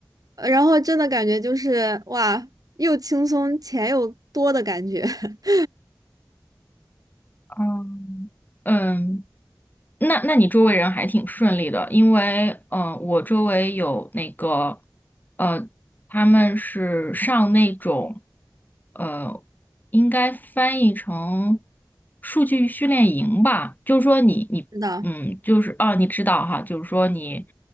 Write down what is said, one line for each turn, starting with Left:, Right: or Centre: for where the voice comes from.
Right: 呃然后真的感觉就是哇，又轻松钱又多的感觉。<laughs>
Left: 嗯，嗯，那那你周围人还挺顺利的，因为嗯，我周围有那个呃，他们是上那种呃，应该翻译成数据训练营吧，就是说你你嗯，
Right: 是的，
Left: 就是哦，你知道哈，就是说你